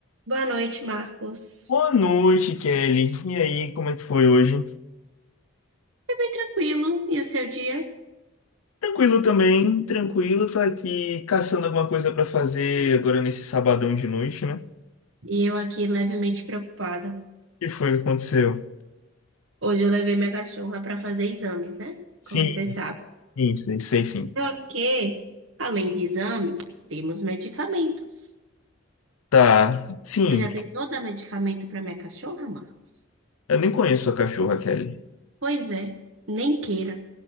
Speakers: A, on the right (about 60°); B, on the left (about 85°).
A: Boa noite, Marcos.
B: Boa noite, Kelly. E aí, como é que foi hoje?
A: Foi bem tranquilo, e o seu dia?
B: Tranquilo também, tranquilo. Tô aqui caçando alguma coisa pra fazer agora nesse sabadão de noite, né? O
A: E eu aqui levemente preocupada.
B: que foi que aconteceu?
A: Hoje eu levei minha cachorra para fazer exames, né?
B: Sim,
A: Como você sabe.
B: sim, sei, sei sim.
A: Só que, além de exames, temos medicamentos.
B: Tá, sim.
A: Você já tentou dar medicamento para minha cachorra, Marcos?
B: Eu nem conheço a cachorra, Kelly.
A: Pois é, nem queira.